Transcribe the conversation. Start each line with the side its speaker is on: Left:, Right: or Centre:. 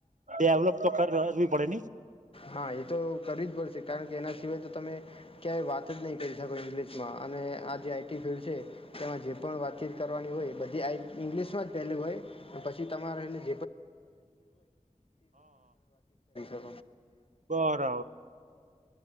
Right: ડેવલોપ તો કરવી પડે ને
Left: હા એ તો કરવી પડશે કારણ કે એના સિવાય તો તમે ક્યાંય વાત જ નહી કરી શકો ઇંગ્લિશમાં અને આ જે આઈટી ફિલ્ડ છે તેમાં જે પણ વાતચીત કરવાની હોય બધી આઈ ઇંગ્લિશમાં જ પહેલી હોય પછી તમારેને જે
Right: બરાબર